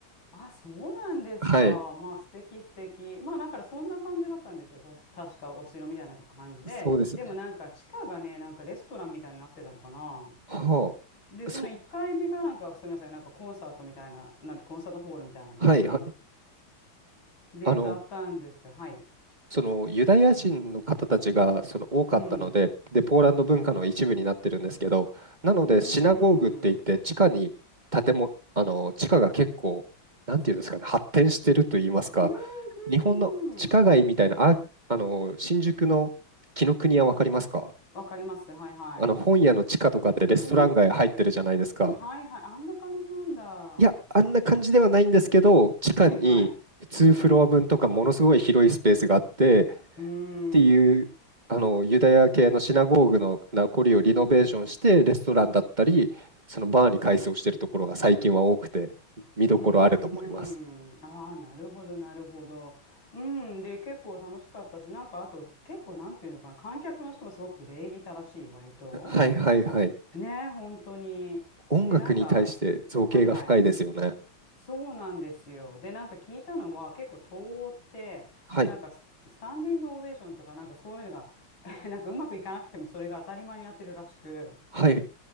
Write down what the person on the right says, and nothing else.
はい、
そうですね。
は
あ、そ、
はい、はい。
あの、
そのユダヤ人の方たちがその多かったので、
で、ポーランド文化の一部になってるんですけど、なのでシナゴーグって言って地下に建物、
あの地下が結構、なんていうんですかね、発展してると言いますか、
日本の地下街みたいな、
あ、あの新宿の紀伊国屋わかりますか
あの本屋の地下とかってレストラン街入ってるじゃないですか。
いや、あんな感じではないんですけど、地下に2フロア分とかものすごい広いスペースがあって、
ていうあのユダヤ系のシナゴーグの名残をリノベーションしてレストランだったりそのバーに改装してるところが最近は多くて見どころあると思います。
はいはいはい。
音楽に対して造詣が深いですよね。
はい
はい